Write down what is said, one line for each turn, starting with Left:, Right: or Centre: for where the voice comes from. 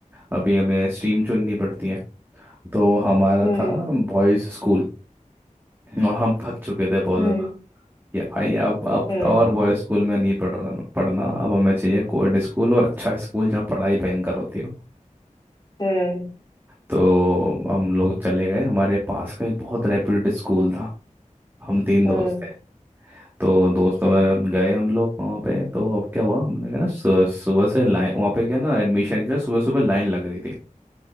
Right: अभी हमें स्ट्रीम चुननी पड़ती है तो हमारा
Left: हम्म
Right: था बॉयज़ स्कूल और हम थक चुके थे बहुत
Left: हम्म
Right: ज़्यादा कि भाई अब अब
Left: हम्म
Right: तो और बॉय स्कूल में नहीं पढ़ रहा पढ़ना अब हमें चाहिए कोएड स्कूल और अच्छा स्कूल जहाँ पढ़ाई भयंकर होती हो
Left: हम्म
Right: तो हम लोग चले गए हमारे पास का एक बहुत रेप्यूटेड स्कूल था हम तीन
Left: हम्म,
Right: दोस्त थे तो
Left: अच्छा
Right: दोस्तों में गए हम लोग वहाँ पे तो अब क्या हुआ हमने कहा ना सु- सुबह से लाइन वहाँ पे क्या ना एडमिशन के लिए सुबह सुबह लाइन लग रही थी